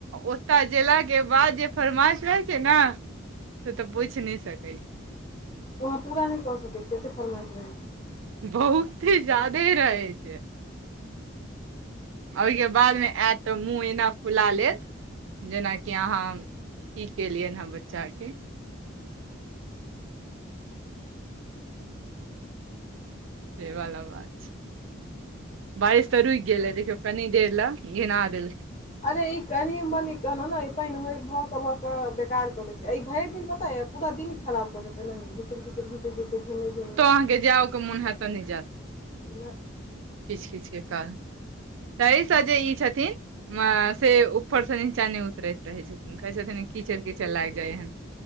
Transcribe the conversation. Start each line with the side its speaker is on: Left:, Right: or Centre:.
Right: ओतय गेलाक के बाद जे फरमाइश रहै छै ने से तऽ पूछि नइ सकै छी
Left: ओ अहाँ पूरा नइ कऽ सकै छियै एतेक फरमाइश रहै छै
Right: बहुत जादे रहै छै ओइके बादमे आयत तऽ मुँह एना फुला लेत जेनाकि अहाँ की केलियनि हँ बच्चाके सेवला बात छै बारिश तऽ रुकि गेल ह देखियौ कनी देर लए घीना देल
Left: अरे ई कनि मनी कहलौं नइ पानि भऽ कऽ भऽ कऽ बेकार कऽ दै छै ई भरि दिन पता यऽ पूरा दिन खराबऽ देत एनाहिीिचड़िचड़ घिचि घिचर घिमे घिमे
Right: आहाँक जाउ मन हतऽ नय जायत
Left: <inaudible>
Right: किच किच के कारण तहि से जे ई छथिन से ऊपर से नीचा नइ उतरैत रहै छथिन कहै छथिन कीचड़ कीचड़ लागि जाइ हन